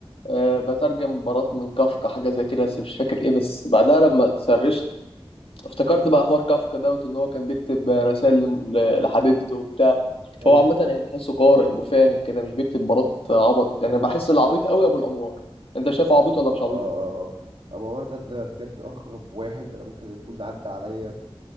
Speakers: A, on the left; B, on the right.
A: أه بترجم مباراه من كافكا حاجه زي كده بس مش فاكر ايه بس بعدها لما سرشت افتكرت بقى حوار كافكا دوت ان هو كان بيكتب رسائل ل- لحبيبته وبتاع فهو
B: ايوه
A: عامه يعني تحسه قارئ وفاهم كده مش بيكتب مباراه عبط يعني بحس العبيط قوي ابو الانوار انت شايفه عبيط ولا مش عبيط
B: اه اه اه اما عمر ده ده بجد اغرب واحد انا ممكن يكون عدى عليا في